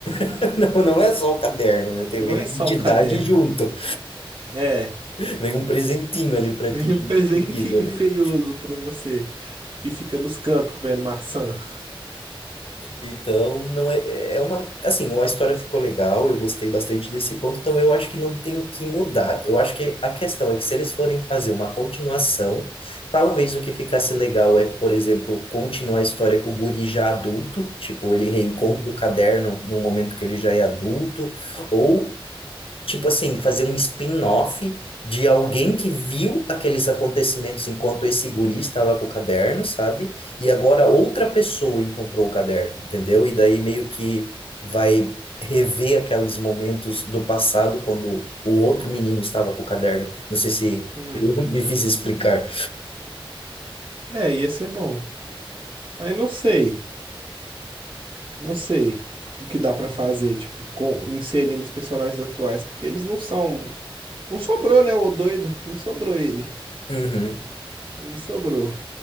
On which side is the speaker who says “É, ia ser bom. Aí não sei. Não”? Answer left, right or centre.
Right